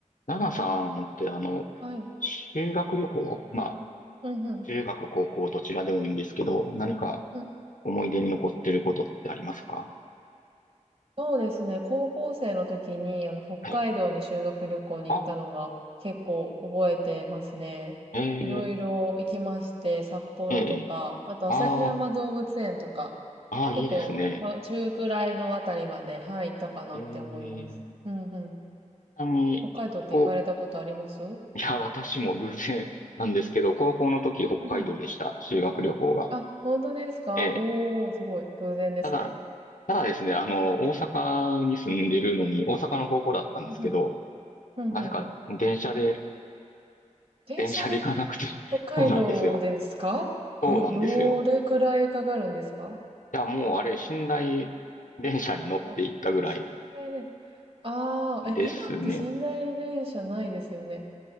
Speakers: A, on the left; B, on the right.
A: ナナさんってあの、
B: はい。
A: 修学旅行、まあ、
B: うんうん。
A: 中学、高校、どちらでもいいんですけど、何か
B: うん、
A: 思い出に残ってることってありますか
B: そうですね。高校生の時に、あの、北海道に修学旅行に行ったのが結構覚えてますね。
A: はい。あ、ええ
B: いろいろ行きまして、札幌とか、
A: ええ
B: あと旭山動物園とか、
A: ああ、ああ、いいですね。
B: 結構、まあ、中くらいのあたりまで、はい、行ったかなって思います。
A: ええち
B: うんうん。
A: なみに、
B: 北海道って行かれたことありますうん
A: 飛行、いや、私も偶然なんですけど、高校の時、北海道でした。
B: うん。
A: 修学旅行が。
B: あ、本当ですかおー、
A: ええ
B: すごい。偶然ですね。
A: ただ、ただですね、あの、大阪に住んでるのに、大阪の高校だったんですけど、
B: うんうん。うんうんうん。
A: なぜか電車で
B: 電車で
A: 電車で行かなくて <laughs>
B: 北海道ですかど、
A: そうなんですよ。そうなんですよ。
B: どれくらいかかるんですか
A: いや、もうあれ、寝台電車に乗って行ったぐらい
B: あ、寝台電、ああ、え、
A: ですね。
B: 今って寝台電車ないですよね。